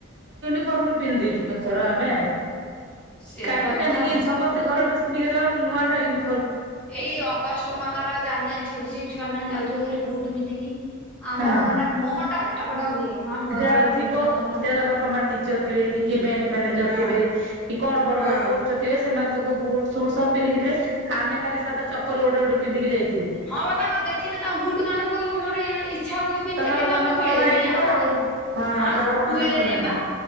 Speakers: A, on the right; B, in the centre.
A: ଫମରେ ପିନ୍ ଦେଇଚୁ କେଥର ଆମେ।
B: ସେଇ
A: କାନ୍ଦି
B: ବା
A: କାନ୍ଦିକି
B: କଥା
A: ସମସ୍ତେ ଘର ଡ୍ରେ ପିନ୍ଧି କେଲା ମୁଁ ନୂଆଟା ଇନୁ
B: ଏଇ ଅଗଷ୍ଟ ପନ୍ଦର ଜାନୁଆରୀ ଛବିଶି ଛୁଆମାନେ ଯାଉଥୁବେ ଖାଲି ବୁଟ ପିନ୍ଧିକି। ଆମ
A: ହଁ
B: ମନଟା ମୋ ମନଟା ଭାରି ଟକଟକ ହୁଏ ମା ମୋର
A: ଯାହାର
B: ହଳେ ବୁଟ
A: ଥିବ।
B: ନଥାନ୍ତା ନା।
A: ଯାହାର ବାପା ମା ଟିଚର ଥିବେ କି କି ବ୍ୟାଙ୍କ ମ୍ୟାନେଜର
B: ହଁ
A: ଥିବେ କି କଣ ବଡ-
B: ହଁ।
A: ରୋଡ଼ ପୋଷ୍ଟ ଥିବେ ସେମାନେ ସବୁ ବୁଟ୍ ସୁଟ୍ ସବୁ ପିନ୍ଧିକି ଯିବେ ଆମେ ଖାଲି ସାଧା ଚପଲ ଗୋଟେ ଗୋଟେ ପିଧିକି ଯାଇ
B: ହଁ ବା ତାଙ୍କ ଦେଖିନେ ତାଙ୍କ ବୁଟ୍ ମାନଙ୍କୁ ମୋର ଇ ଇଚ୍ଛା ହୁଏ ପିନ୍ତେ
A: ତମର
B: କିନ୍ତୁ
A: ମନ
B: ଆମୁକୁ
A: କଣ
B: ମିଳେନି
A: ହେଇଯିବ
B: ଆଉ କଁ କରିମି।
A: ହଁ
B: ଆଉ
A: ତମ ମନ
B: ମିଳେନି
A: କଣ ହେଇଯିବ।
B: ବା